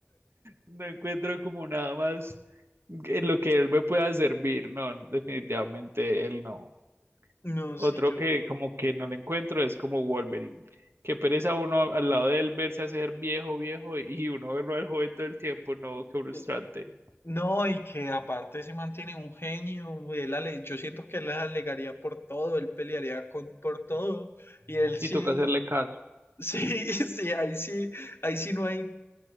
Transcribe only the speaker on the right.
No encuentro como nada más en lo que él me pueda servir. No, definitivamente él no.
Otro
que como que no le encuentro es como Wolverine. que pereza uno al lado de él verse hacer viejo, viejo y uno verlo al joven todo el tiempo. No, qué frustrante.
Y
toca hacerle caso.